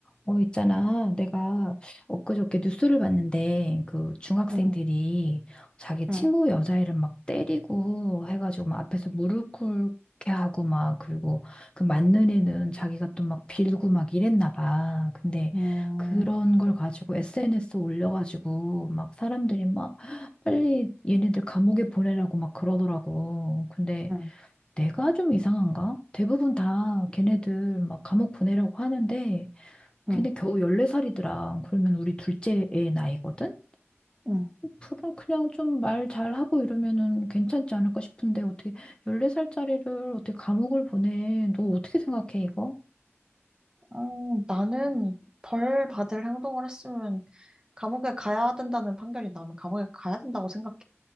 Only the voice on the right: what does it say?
응,
응,
응
응
응
응
어, 나는 벌 받을 행동을 했으면 감옥에 가야 된다는 판결이 나오면 감옥에 가야 된다고 생각해.